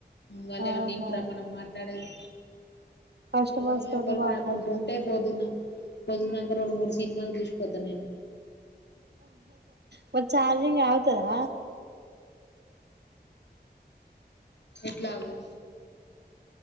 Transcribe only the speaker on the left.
వల్లేమన్న
ఇంట్రా మనం మాట్లాడేది
ఏవల్
రాక్ కుంటే పోద్దున్న పొద్దుందాక రెండు మూడు సినిమాలు చూసిపోతాను నేను
ఎట్లాగూ